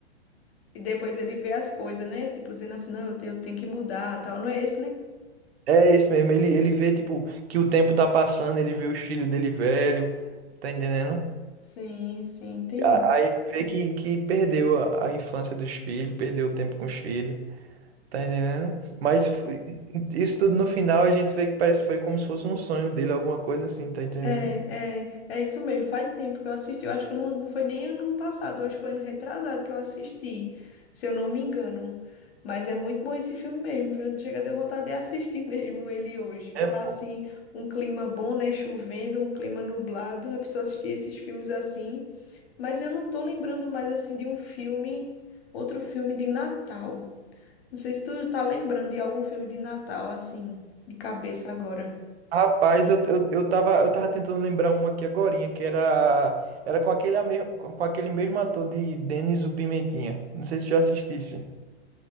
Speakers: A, on the left; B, on the right.
A: e depois ele vê as coisas, né? Tipo, dizendo assim, não, eu te- eu tenho que mudar, tal. Não é esse, né?
B: É isso mesmo. Ele, ele vê, tipo, que o tempo tá passando, ele vê os filhos dele velho, tá entendendo?
A: Sim, sim, entendi.
B: A- Aí ele vê que, que perdeu a, a infância dos filhos, perdeu o tempo com os filhos. Tá entendendo? Mas f- isso tudo no final a gente vê que parece que foi como se fosse um sonho dele, alguma coisa assim, tá entendendo?
A: É, é, é isso mesmo. Faz tempo que eu assisti. Eu acho que não, não foi nem ano passado, eu acho que foi ano retrasado que eu assisti, se eu não me engano. Mas é muito bom esse filme mesmo, viu? Chega, deu vontade de assistir <laughs> mesmo ele hoje, que
B: É,
A: tá
B: pô.
A: assim, um clima bom, né? Chovendo, um clima nublado. A pessoa assistir esses filmes assim. Mas eu não tô lembrando mais assim de um filme, outro filme de Natal. Não sei se tu tá lembrando de algum filme de Natal, assim, de cabeça agora.
B: Rapaz, eu, eu, eu tava, eu tava tentando lembrar um aqui agorinha, que era, era com aquele, ame- com aquele mesmo ator de Denis o Pimentinha. Não sei se tu já assistisse.